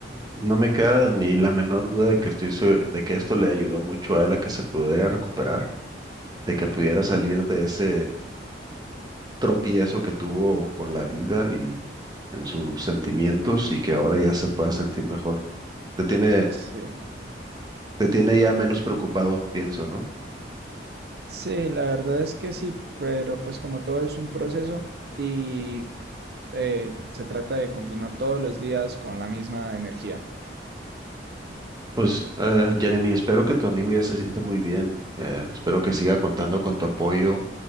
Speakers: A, on the right; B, on the right.
A: No me queda ni la menor duda de que estoy se- de que esto le ayudó mucho a él a que se pudiera recuperar, de que pudiera salir de ese tropiezo que tuvo con la vida y en sus sentimientos y que ahora ya se pueda sentir mejor. Te tiene,
B: Sí.
A: te tiene ya menos preocupado, pienso, ¿no?
B: Sí, la verdad es que sí, pero pues como todo es un proceso y eh, se trata de continuar todos los días con la misma energía.
A: Pues, eh, Jeremy, espero que tu amigo ya se sienta muy bien. eh, espero que siga contando con tu apoyo